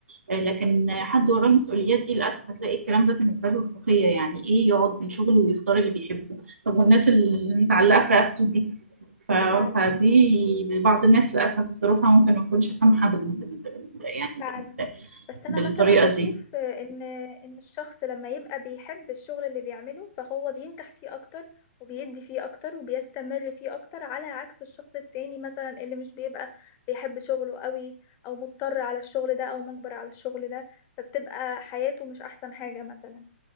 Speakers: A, on the right (about 75°); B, on the left (about 30°).
A: آه، لكن حد وراه المسؤوليات دي للاسف هتلاقي الكلام ده بالنسبه له رفاهيه يعني ايه يقعد من شغله ويختار اللي بيحبه طب والناس اللي متعلقه في رقبته دي ف...
B: فعلا
A: فدي بعض الناس للاسف ظروفها ممكن ما تكونش سامحه بال... بال... يعني
B: فعلا
A: بال...
B: بس انا
A: بالطريقه
B: مثلا بشوف
A: دي
B: ان ان الشخص لما يبقى بيحب الشغل اللي بيعمله فهو بينجح فيه اكتر وبيدي فيه اكتر وبيستمر فيه اكتر على عكس الشخص التاني مثلا اللي مش بيبقى بيحب شغله قوي او مضطر على الشغل ده او مجبر على الشغل ده فبتبقى حياته مش احسن حاجة مثلا